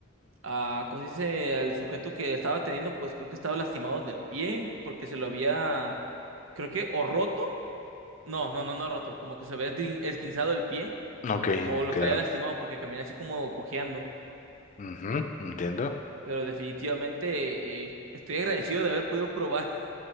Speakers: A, on the right; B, on the left.
A: ah, ¿cómo se dice? El sujeto que estaba teniendo, pues creo que estaba lastimado del pie porque se lo había, creo que, o roto No, no, no, no roto. Como que se había esguin- esguinzado el pie
B: Ok,
A: o lo
B: claro.
A: traía lastimado porque caminaba así como cojeando.
B: Ujú, entiendo.
A: Pero definitivamente eh, estoy agradecido de haber podido probar